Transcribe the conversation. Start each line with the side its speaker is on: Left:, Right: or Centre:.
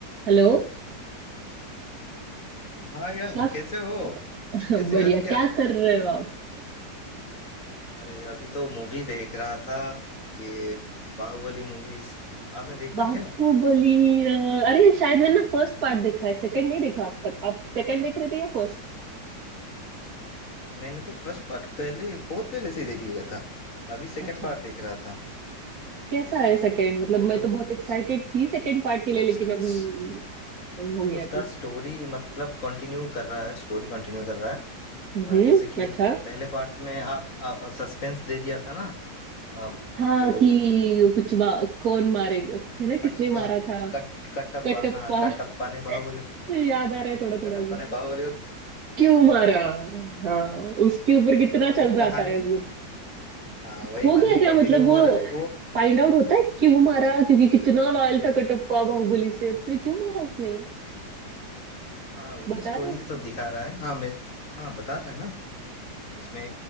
Right: Hello
Left: हाँ यार
Right: क्या
Left: कैसे हो
Right: <laughs>
Left: कैसे
Right: बढ़िया
Left: याद किया
Right: क्या कर रहे हो आप
Left: अरे अभी तो मूवी देख रहा था ये बाहुबली मूवीज आपने देखा
Right: बापू
Left: क्या
Right: बोली अ, अरे शायद मैंने ना फर्स्ट पार्ट देखा है सेकंड नहीं देखा अब तक आप सेकंड देख रहे थे या फर्स्ट
Left: मैंने तो फर्स्ट पार्ट पहले बहुत पहले से ही देख लिया था अभी सेकंड
Right: अच्छा
Left: पार्ट देख रहा था
Right: कैसा है सेकंड मतलब
Left: वो
Right: मैं
Left: जो
Right: तो बहुत एक्साइटेड थी सेकंड पार्ट के लिए
Left: उसका
Right: लेकिन अभी
Left: स-
Right: time हो गया
Left: उसका
Right: अभी
Left: स्टोरी मतलब कंटिन्यू कर रहा है स्टोरी कंटिन्यू कर रहा है
Right: हम्म
Left: अ, जैसे कि
Right: अच्छा
Left: पहले पार्ट में आप, आप सस्पेंस दे दिया था ना अ,
Right: हाँ
Left: जो
Right: कि कुछ मा, कौन मारेगा है ना किसने
Left: कटप्पा
Right: मारा था
Left: कट कटप्पा
Right: कटप्पा
Left: हाँ कटप्पा
Right: <laughs>
Left: ने बाहुबली
Right: मुझे याद आ रहा
Left: हाँ
Right: है थोड़ा थोड़ा
Left: कटप्पा
Right: भी
Left: ने बाहुबली को
Right: क्यों
Left: क्यों
Right: मारा
Left: मारा
Right: हाँ उसके ऊपर कितना
Left: वही
Right: चल रहा
Left: कहानी
Right: था इस
Left: हाँ वही
Right: खो
Left: कहानी
Right: गया क्या
Left: कंटिन्यू
Right: मतलब
Left: हो
Right: वो
Left: रहा है वो
Right: फाइंड आउट होता है क्यों मारा क्योंकि कितना लॉयल था कटप्पा बाहुबली से और फिर क्यों मारा उसने
Left: हाँ वही
Right: बता
Left: स्टोरी
Right: रहा है उसको
Left: सब दिखा रहा है हाँ मैं हाँ बता रहा है ना उसमें